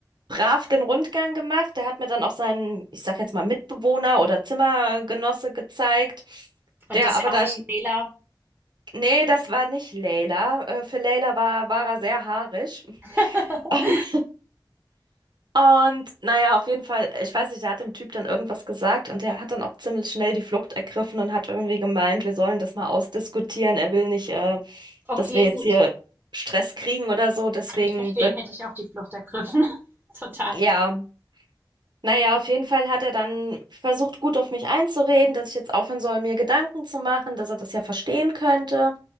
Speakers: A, on the right; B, on the right.
A: brav den Rundgang gemacht. Der hat mir dann auch seinen, ich sag jetzt mal, Mitbewohner oder Zimmergenosse gezeigt, der
B: Und das
A: aber
B: war
A: dann,
B: nicht Wähler.
A: nee, das war nicht Leila. Äh, Für Leila war, war er sehr haarig. <laughs>
B: <laughs>
A: Ähm, Und naja, auf jeden Fall, ich weiß nicht, der hat dem Typ dann irgendwas gesagt und der hat dann auch ziemlich schnell die Flucht ergriffen und hat irgendwie gemeint, wir sollen das mal ausdiskutieren. Er will nicht, äh,
B: okay,
A: dass wir jetzt
B: gut.
A: hier Stress kriegen oder so. Deswegen
B: Kann ich verstehen,
A: wird,
B: hätte ich auch die Flucht ergriffen. <laughs> Total.
A: ja, Naja, auf jeden Fall hat er dann versucht, gut auf mich einzureden, dass ich jetzt aufhören soll, mir Gedanken zu machen, dass er das ja verstehen könnte.